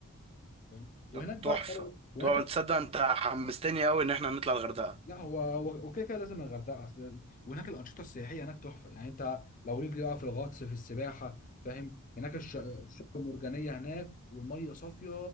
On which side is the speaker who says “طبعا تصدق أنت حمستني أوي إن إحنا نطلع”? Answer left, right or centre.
Right